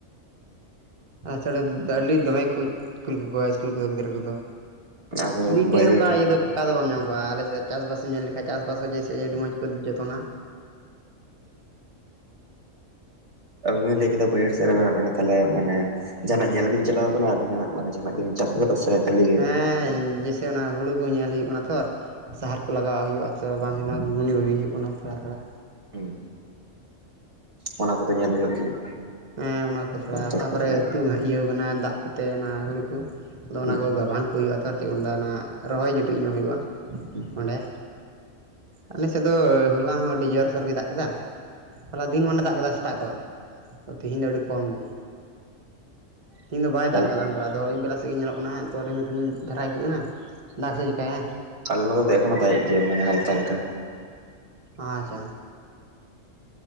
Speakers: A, on the right (about 30°); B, on the right (about 60°).
A: ᱟᱪᱷᱟᱲᱟ ᱟᱹᱰᱤ ᱫᱚᱢᱮ ᱠᱩ ᱠᱩᱞ ᱠᱟᱠᱚᱣᱟ ᱥᱠᱩᱞ ᱠᱚᱫᱚ ᱜᱤᱫᱽᱟᱹ ᱠᱚᱫᱚ,
B: ᱟᱫᱚ
A: ᱢᱤᱫᱴᱮᱡ
B: ᱵᱟᱹᱭᱦᱟᱹᱲ
A: ᱚᱝᱠᱟ ᱤᱭᱟᱹ ᱫᱚ ᱯᱷᱟᱸᱠ ᱚᱠᱟ ᱫᱚ ᱵᱟᱢ ᱧᱟᱢ ᱠᱚᱜᱼᱟ, ᱟᱞᱮᱥᱮᱜ ᱪᱟᱥᱵᱟᱥ ᱧᱮᱞ ᱞᱮᱠᱷᱟᱡ ᱪᱟᱥᱵᱟᱥ ᱡᱮᱥᱮ ᱟᱹᱰᱤ ᱢᱚᱸᱡᱽ ᱠᱚ ᱡᱚᱛᱚᱱᱟ᱾
B: ᱟᱵᱤᱱ ᱵᱤᱱ ᱞᱟᱹᱭ ᱠᱮᱫᱟ ᱵᱟᱹᱭᱦᱟᱹᱲ ᱥᱮᱫ ᱨᱮ ᱢᱮᱱᱟᱜ ᱵᱤᱱᱟ, ᱛᱟᱦᱚᱞᱮ ᱢᱟᱱᱮ ᱡᱟᱦᱟᱱᱟᱜ ᱧᱮᱞ ᱵᱤᱱ ᱪᱟᱞᱟᱣ ᱟᱠᱟᱱᱟ ᱟᱹᱵᱤᱱᱟᱜ ᱢᱟᱱᱮ ᱡᱟᱦᱟᱱᱟᱜ ᱜᱮ ᱪᱟᱥ ᱠᱟᱫᱟ ᱥᱮ ᱠᱷᱟᱹᱞᱤ᱾ ᱜᱮ
A: ᱦᱮᱸ ᱡᱮᱥᱮ ᱚᱱᱟ ᱦᱩᱲᱩ ᱠᱚ ᱧᱮᱞ ᱦᱩᱭᱩᱜ ᱠᱟᱱᱟ ᱛᱷᱚᱨ᱾ ᱥᱟᱦᱟᱨ ᱠᱚ ᱞᱟᱜᱟᱣᱟᱜ ᱦᱳᱭᱳᱜᱼᱟ ᱛᱚ ᱵᱟᱝ ᱦᱩᱭᱩᱜ ᱠᱟᱱᱟ᱾ ᱜᱩᱱᱤ ᱵᱷᱟᱹᱜᱤ ᱦᱩᱭᱩᱜ ᱠᱟᱱᱟ ᱛᱷᱳᱲᱟ ᱛᱷᱳᱲᱟ᱾
B: ᱦᱩᱸ ᱚᱱᱟ ᱠᱚᱛᱮ ᱧᱮᱞ ᱦᱳᱭᱳᱜ ᱜᱮᱭᱟ᱾
A: ᱦᱮᱸ ᱚᱱᱟ ᱠᱚ ᱛᱷᱚᱲᱟ
B: ᱫᱚᱨᱠᱟᱨ
A: ᱚᱠᱟ ᱠᱚᱨᱮ
B: ᱜᱮᱭᱟ
A: ᱟᱹᱛᱩ ᱤᱭᱟᱹᱣ ᱠᱟᱱᱟ ᱫᱟᱜ ᱠᱚᱛᱮ ᱚᱱᱟ ᱦᱳᱲᱩ ᱠᱚ᱾ ᱟᱫᱚ
B: ᱦᱩᱸ
A: ᱚᱱᱟ ᱠᱚ ᱜᱟᱵᱟᱱ ᱠᱚ ᱦᱩᱭᱩᱜᱼᱟ, ᱛᱷᱚᱨ ᱪᱮᱫ ᱠᱚ ᱢᱮᱱᱫᱟ ᱚᱱᱟ ᱨᱚᱦᱚᱭ ᱡᱩᱴᱩᱡ ᱧᱚᱜ ᱦᱩᱭᱩᱜᱼᱟ
B: ᱦᱩᱸ
A: ᱚᱸᱰᱮ᱾ ᱟᱞᱮ ᱥᱮᱫ ᱫᱚ ᱦᱚᱞᱟ ᱦᱚᱸ ᱟᱹᱰᱤ ᱡᱳᱨᱥᱳᱨ ᱜᱮ ᱫᱟᱜ ᱠᱮᱫᱟ᱾ ᱦᱚᱞᱟ ᱫᱤᱱ ᱢᱚᱱᱮ ᱫᱟᱜ ᱠᱮᱫᱟ ᱥᱮᱛᱟᱜ ᱠᱷᱚᱡ ᱛᱤᱦᱮᱧ ᱫᱚ ᱟᱹᱰᱤ ᱠᱚᱢ ᱜᱮ᱾
B: <inaudible>
A: ᱛᱤᱦᱤᱧ ᱫᱚ ᱵᱟᱭ
B: ᱵᱷᱟᱞᱮ
A: ᱫᱟᱜ ᱠᱟᱫᱟ ᱾ ᱵᱟ ᱟᱫᱚ ᱟᱹᱭᱩᱵ ᱵᱮᱞᱟ ᱥᱮᱫ ᱜᱮ ᱧᱮᱞᱚᱜ ᱠᱟᱱᱟ ᱦᱟᱸᱜ ᱛᱚ, ᱨᱤᱢᱤᱞ ᱨᱤᱢᱤᱞ ᱫᱷᱟᱨᱟᱭ ᱠᱚ ᱮᱱᱟ ᱫᱟᱜᱽ ᱥᱮᱫ ᱪᱤᱠᱟᱹᱭᱟᱭ?
B: ᱟᱞᱮ ᱱᱚᱸᱰᱮ ᱫᱚ ᱮᱠᱷᱚᱱᱚ ᱫᱟᱜᱮᱜ ᱜᱮᱭᱟ ᱢᱟᱱᱮ ᱦᱟᱞᱠᱟ ᱦᱟᱞᱠᱟ᱾
A: ᱟᱪᱪᱷᱟ